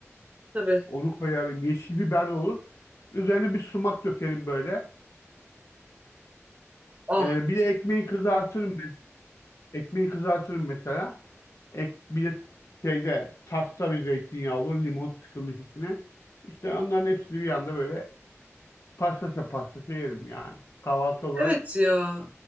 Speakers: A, on the right (about 25°); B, on the left (about 70°).
A: Tabii.
B: Onu koyarım. Yeşil biber de olur. Üzerine bir sumak dökerim böyle.
A: Ah,
B: E, bir de ekmeği kızartırım. ben. Ekmeği kızartırım mesela. Ek, bir de şeyde tasta bir zeytinyağı olur. Limon sıkılmış içine. İşte onların hepsini bir anda böyle pastaça pastaça yerim yani. Kahvaltı olarak.
A: evet ya.